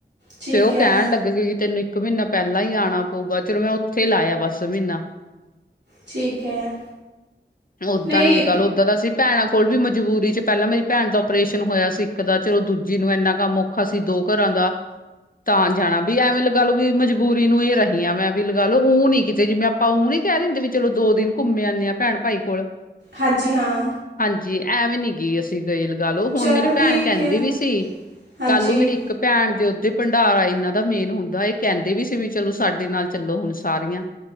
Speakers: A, on the right (about 70°); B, on the left (about 50°).
A: ਠੀਕ
B: ਫੇ ਉਹ
A: ਹੈ
B: ਕਹਿਣ ਲੱਗੇ ਗਏ ਕਿ ਤੈਨੂੰ ਇੱਕ ਮਹੀਨਾ ਪਹਿਲਾਂ ਹੀ ਆਣਾ। ਹੋਗਾ ਚਲੋ ਮੈਂ ਉੱਥੇ ਲਾਇਆ ਬਸ ਮੀਨਾ।
A: ਠੀਕ ਹੈ
B: ਓਦਾਂ
A: ਨਹੀਂ
B: ਨੀ ਗੱਲ। ਦਾਂ ਦਾ ਸੀ ਭੈਣਾਂ ਕੋਲ ਵੀ ਮਜਬੂਰੀ ਚ ਪਹਿਲਾਂ ਮੇਰੀ ਭੈਣ ਦਾ ਓਪਰੇਸ਼ਨ ਹੋਇਆ ਸੀ ਇੱਕ ਦਾ ਚਲੋ ਦੂਜੀ ਨੂੰ ਇੰਨਾ ਕੰਮ। ਅਸੀ ਦੋ ਕਰਾਂ ਦਾ। ਤਾਂ ਜਾਣਾ ਵੀ ਐਵੇਂ ਲਗਾ ਲ ਵੀ ਮਜਬੂਰੀ ਨੂੰ ਇਹ ਰਹੀ ਆ ਮੈਂ ਵੀ ਲਗਾ ਲ ਉਹ ਨੀ ਕਿਤੇ ਜਿਵੇੈਂ। ਆਪ ਉਹ ਨੀ ਕਹਿ ਦਿੰਦੇ ਵੀ ਚਲੋ ਦੋ ਦਿਨ ਘੁੰਮੇ ਆਂਦੇ ਆ ਭੈਣ ਭਾਈ ਕੋਲ।
A: ਹਾਂਜੀ ਹਾਂ।
B: ਹਾਂਜੀ ਐਂ ਵੀ ਨੀ ਗ ਅ। ਗਈ ਲਗਾ ਲਓ
A: ਚਲੋ
B: ਹੁਣ ਮੇਰੀ ਭੈਣ
A: ਠੀਕ
B: ਕਹਿੰਦੀ
A: ਹੈ
B: ਵੀ ਸੀ
A: ਹਾਂਜੀ
B: ਕੱਲ ਨੂੰ ਮੇਰੀ ਇੱਕ ਭੈਣ ਦੇ ਓਦੇ। ਭੰਡਾਰਾ ਇਹਨਾਂ ਦਾ ਮੇਨ ਹੁੰਦਾ ਇਹ ਕਹਿੰਦੇ ਵੀ ਸੀ ਵੀ ਚਲੋ ਸਾਡੇ ਨਾਲ ਚੱਲੋ ਹੁਣ ਸਾਰੀਆਂ।